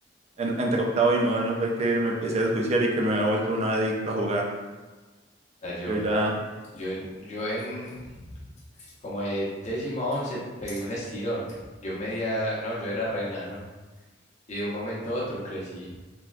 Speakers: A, on the right; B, on the left.
A: en- entre octavo y noveno fue que me empecé a desjuiciar y que me había vuelto un adicto a jugar.
B: sea, yo
A: Yo ya,
B: Yo, en- yo en como de décimo a once pegué un estirón. Yo medía, no, yo era renano. Y de un momento a otro crecí.